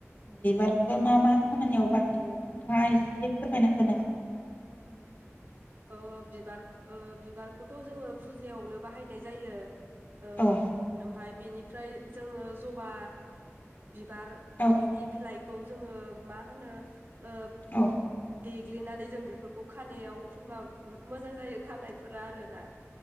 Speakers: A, on the left (about 40°); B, on the right (about 45°).
A: बिबारखौ मा मा खामानियाव बाहायो नोंथाङा एसे फोरमायना होनो हागोन नामा आंनो
B: ओ बिबार बिबारखौथ' जोङो फुजायावनो बाहायनाय जायो ओ
A: औ
B: ओमफ्राय बेनिफ्राय जोङो जबा बिबार
A: औ
B: बिनि बिलाइ खौ जोङो मा होनो ओ
A: औ
B: देग्लिनानै जों बेफोरखौ खानायाव फुनबा बुहुत मोजां जायो खानायफोरा आरोना